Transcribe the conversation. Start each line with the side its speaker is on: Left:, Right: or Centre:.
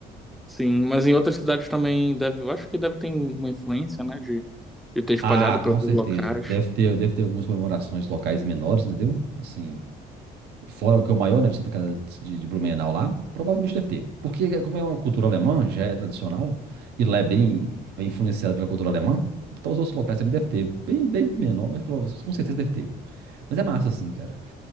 Centre: Sim, mas em outras cidades também deve, eu acho que deve ter uma influência, né, de, de ter espalhado
Right: Ah,
Centre: para
Right: com
Centre: outros
Right: certeza.
Centre: locais.
Right: Deve ter, deve ter algumas comemorações locais menores, entendeu? Assim, fora o que é o maior, né, de Santa Casa de, de Blumenau lá, provavelmente deve ter. Porque é, como é uma cultura alemã, já é tradicional, e lá é bem, bem influenciado pela cultura alemã, então os outros locais também deve ter. Bem, bem menor, mas com certeza deve ter. Mas é massa, assim, cara.